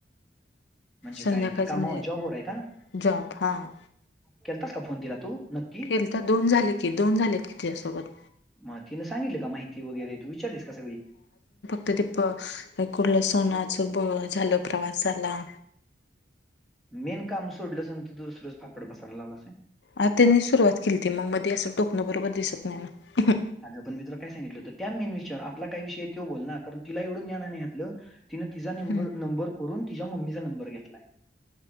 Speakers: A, in the centre; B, on the left.
A: म्हणजे
B: संध्याकाळचं
A: काय ते काम
B: म्हणजे
A: जॉबवर आहे का,
B: जॉब हा
A: केलतास का फोन तिला तू? नक्की?
B: केलता, दोन झाले की दोन झालेत की तिच्यासोबत.
A: मग तिनं सांगितलं का माहिती वगैरे, तू विचारलीस का सगळी?
B: त ती प कुठलं सणाचं झालं, प्रवास झाला
A: मेन काम सोडलंस अन तु दुसरचं फापड पसार लावलास वय.
B: अ त्यांनी सुरुवात केलीती मग मध्ये असं टोकणं बरोबर दिसत नाही ना.
A: अगं, पण मी तुला काय सांगितलं होत त्या मेन विषयावर आपला काय विषय आहे तो बोल ना, कारण तिला एवढ ज्ञान आहे ना यातलं तिनें तिचा नेबर
B: हम्म
A: नंबर करून तिच्या मम्मीचा नंबर घेतलाय.